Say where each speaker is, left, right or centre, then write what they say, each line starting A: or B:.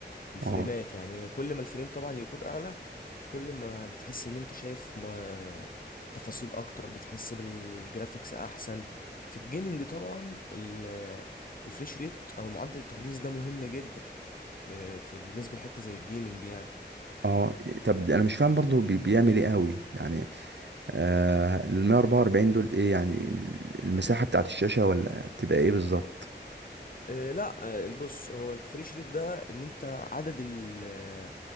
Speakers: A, on the left; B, on the right.
A: الفريمات
B: اه
A: يعني كل ما الفريم طبعا يكون اعلى كل ما بتحس ان انت شايف ما تفاصيل اكتر بتحس بالجرافيكس احسن في الجيمنج طبعا ال- الفريش ريت او معدل التحديث ده مهم جدا في في بالنسبه لحته زي الجيمنج يعني
B: اه طب انا مش فاهم برضو بي- بيعمل ايه قوي يعني آه ال 144 دول ايه يعني المساحة بتاعت الشاشة ولا بتبقى ايه بالظبط
A: آه، لا آه، بص هو الفريش ريت ده ان انت عدد ال- آه،